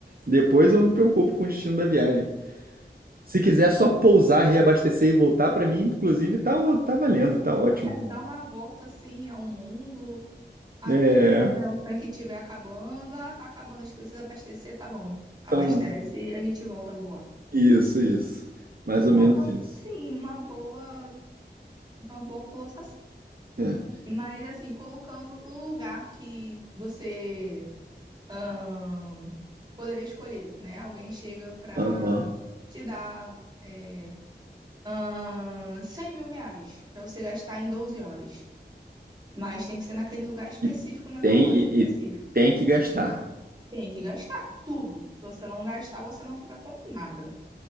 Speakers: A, on the right; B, on the right.
A: Depois eu me preocupo com o destino da viagem. Se quiser só pousar, reabastecer e voltar, para mim, inclusive, tá, tá valendo, tá ótimo.
B: Quero dar uma volta assim ao mundo. Até
A: É,
B: o tanque estiver acabando. Ah, tá acabando, a gente precisa abastecer, tá bom. Abastece
A: então,
B: e a gente volta a voar.
A: isso, isso. Mais
B: É,
A: ou menos
B: uma-
A: isso.
B: sim, uma boa, uma boa colocação.
A: É.
B: Mas assim, colocando um lugar que você ahn, poderia escolher, né? Alguém chega pra
A: Aham.
B: te dar é, ahn, 100 mil reais pra você gastar em 12 horas. Mas tem que ser naquele lugar específico,
A: E
B: naquela
A: tem,
B: loja
A: e,
B: específica.
A: e tem que gastar.
B: Tem que gastar tudo. Se você não gastar, você não fica com nada.